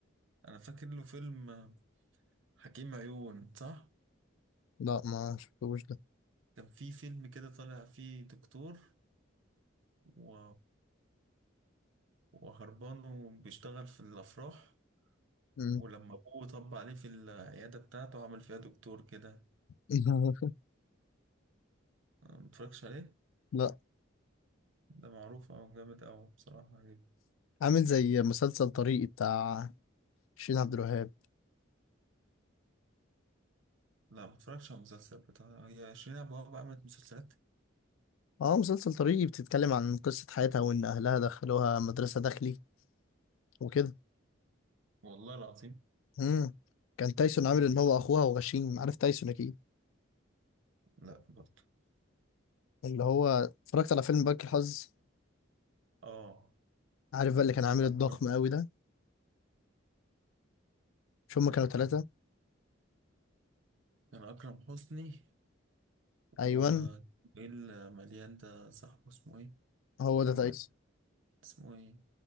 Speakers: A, on the right; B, on the left.
A: أنا فاكر له فيلم حكيم عيون صح؟
B: لا ما شفتوش ده
A: كان في فيلم كده طالع فيه دكتور و... وهربان وبيشتغل في الأفراح
B: امم
A: ولما ابوه طب عليه في العيادة بتاعته عمل فيها دكتور كده
B: <laughs>
A: متفرجش عليه
B: لا
A: ده معروف أو جامد أوي بصراحة عجيب
B: عامل زي مسلسل طريقي بتاع شيرين عبد الوهاب
A: لا متفرجش على المسلسل بتاع هي عشرين أبواب عملت مسلسلات
B: اه مسلسل طريقي بتتكلم عن قصه حياتها وان اهلها دخلوها مدرسه داخلي وكده
A: والله العظيم
B: امم كان تايسون
A: لا
B: عامل
A: متفرج-
B: ان هو اخوها وغشيم عارف تايسون اكيد
A: لا برضه
B: اللي هو اتفرجت على فيلم بنك الحظ
A: اه
B: عارف بقى اللي كان عامل
A: أكرم
B: الضخم قوي ده مش هما
A: لا
B: كانوا ثلاثه
A: كان أكرم حسني
B: ايوه
A: و إيه المليان ده صاحبه اسمه إيه
B: هو
A: محمد
B: ده تايسون
A: اسمه إيه